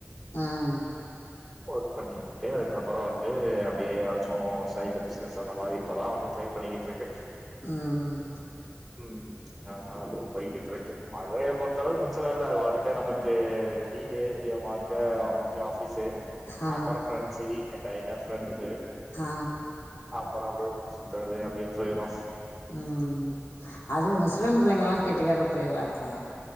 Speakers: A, on the left (about 75°); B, in the centre.
A: ம்
B: ஒர்க் பண்ணிக்கிட்டு அதுக்கப்பற வந்து அப்டியே எதாச்சு சைட்ல பிசினஸ் அந்த மாரி இப்பதா வந்து ட்ரை பண்ணிக்கிட் இருக்கு
A: ம்
B: ம் அதனால அப்டியே போய்கிட்டு இருக்கு மதுரைய பொறுத்த அளவுக்கு பிரச்சன இல்ல அது பாட்டுக்கு நமக்கு வீடு எ பாட்டுக்கு அவ்ஃபி ஆஃபீஸு
A: ஆ
B: அப்பற ஃப்ரெண்ட்ஸ் வீக்கெண்ட் ஆயிட்டா ஃப்ரெண்ட்ஸு
A: ஆ
B: அப்பற அப்டியே ஊர் சுத்துறது அப்டியே போயிரு
A: ம் அதும் முஸ்லீம் புள்ளைங்கலா கெட்டிக்கார புள்ளைகலா இருக்குங்க